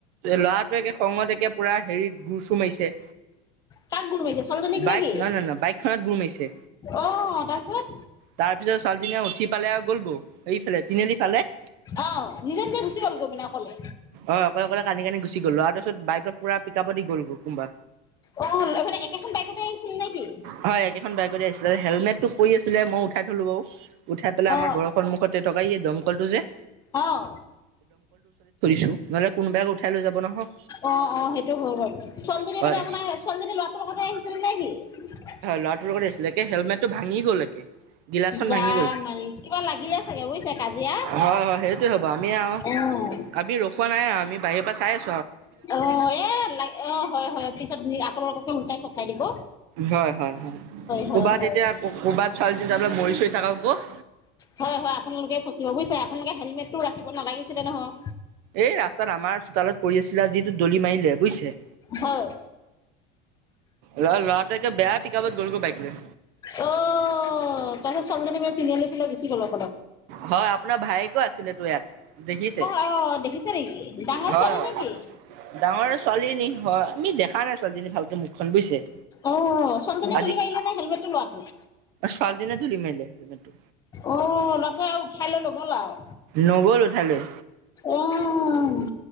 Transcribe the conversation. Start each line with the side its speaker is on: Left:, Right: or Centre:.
Right: ল'ৰাটোৱে খঙত একে পুৰা হেৰি গুৰ চুৰ মাৰিছে।
Left: কাক গুৰ মাৰিছে ছোৱালীজনীক
Right: বাইক
Left: নেকি
Right: নাই নাই ন বাইকখনত গুৰ মিছে।
Left: অ তাৰপিছত
Right: তাৰপিছত ছোৱালীজনীয়ে উঠি পালে গ'ল গৌ এইফালে তিনিআলি ফালে।
Left: আহ নিজে নিজে গুচি গ'ল গমিনা অকলে।
Right: অ' অকলে কান কানি গুচ গল লৰাতোচোন বাইকত পোৰা পিকাব দি গ'ল কোনোবা
Left: অ, লগ একেখন বাইকেতে আহিছিল নেকি?
Right: হয় একেখন বাইকতে হেলমেটটো পৰি আছিলে মই উঠাই থলো বাৰু উঠাই পেলাই
Left: অ
Right: আমাৰ ঘৰৰ সন্মখতে টকা দমকলটো যে
Left: আহ।
Right: ছো নহলে কোনবাক উঠাই লৈ যাব নহয়।
Left: অ', অ', সেইটো হল বাৰু চন্দনী
Right: হয়
Left: পাননে আপোনাৰ চন্দনী লৰাটোৰ কথা আহিছিলে নে কি?
Right: ল'ৰাটো লগত আছিলে কে হেলমেটটো ভাঙি গল। একে। গিলাচখন
Left: যাম
Right: ভাঙি গ'ল
Left: মাৰি কিবা লাগিলে চাগে বুজিছে কাজিয়া।
Right: হয় হয় সেইটোৱে হ'ব আমি আৰু
Left: আহ।
Right: আমি ৰখোৱা নাই আৰু আমি বাহিৰৰ পৰা চাইছো।
Left: অ, এ লাগ অ, হয় হয় পিছত আপোনালোককো লোটাই ফচাই দিব।
Right: হয়, হয়, হয়
Left: হয়
Right: ক'ৰবাত
Left: হয়।
Right: এতিয়া ক'ৰবাত ছোৱালীজনী মৰি চৰি থাকক গৈ।
Left: হয়, হয় আপোনালোকে ফচিব বুজিছে আপোনালোকে হেলমেটটো ৰাখিব নালাগিছিলে নহয়
Right: এই ৰাস্তাত আমাৰ চোতালত পৰি আছিলে যিটো দলি মাৰিলে বুজিছে।
Left: হয়।
Right: ল ল'ৰাটোৱে বেয়া পিকাবত গ'লগৈ বাইক লয়।
Left: অ' তাৰ পাছত ছোৱালীজনী মানে তিনিআলি ফালে গুচি গ'ল। অ',
Right: হয় আপোনাৰ ভায়েকো আছিলে তো ইয়াত দেখিছে
Left: আহ দেখিছে নেকি ডাঙৰ
Right: হয়
Left: ছোৱালী
Right: হয়
Left: নেকি?
Right: ডাঙৰ ছোৱালীজনী হয়। আমি দেখা নাই ছোৱালীজনী ভালকে মুখখন বুজিছে।
Left: অ', ছোৱালীজনীয়ে
Right: আজি
Left: তুলি মাৰিলে নে হেলমেটটো লৰাটোৱে?
Right: ছোৱালীজনীয়ে দলি মাৰিলে হেলমেটটো
Left: অ' ল'ৰাতো আৰু উঠাই লৈ নগ'ল আৰু।
Right: নগ'ল উঠাই লৈ
Left: আহ।